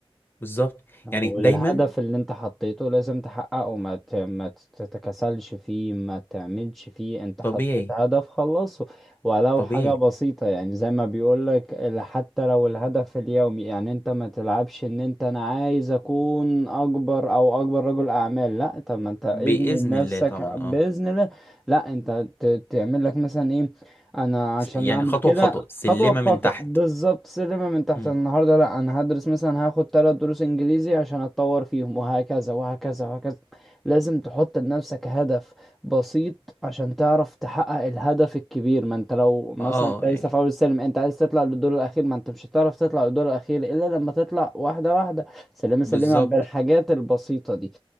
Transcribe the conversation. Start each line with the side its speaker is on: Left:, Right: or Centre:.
Left: بالظبط
Centre: والهدف
Left: يعني دايما
Centre: اللي انت حطيته لازم تحققه ما ت- ما تتكسلش فيه ما تعملش فيه انت
Left: طبيعي
Centre: حطيت هدف خلصه ولو
Left: طبيعي
Centre: حاجة بسيطة يعني زي ما بيقولك ال- حتى لو الهدف اليومي يعني انت ما تلعبش ان انت انا عايز اكون اكبر او اكبر رجل اعمال لا طب ما انت
Left: بإذن
Centre: ابني لنفسك
Left: الله طبعا
Centre: بإذن
Left: اه
Centre: الله لا انت ت- تعمل لك مثلا ايه انا عشان
Left: س- يعني
Centre: اعمل
Left: خطوة
Centre: كده
Left: بخطوة سلمة
Centre: خطوة بخطوة
Left: من تحت
Centre: بالظبط سلمة من تحت
Left: مم.
Centre: النهاردة لا أنا هدرس مثلا هاخد تلات دروس إنجليزي عشان أتطور فيهم وهكذا وهكذا وهكذا لازم تحط لنفسك هدف بسيط عشان تعرف تحقق الهدف الكبير ما أنت لو مثلا
Left: اه
Centre: أنت لسه
Left: يعني
Centre: في أول السلم أنت عايز تطلع للدور الأخير ما أنت مش هتعرف تطلع للدور الأخير إلا لما تطلع واحدة واحدة سلمة سلمة
Left: بالظبط
Centre: بالحاجات البسيطة دي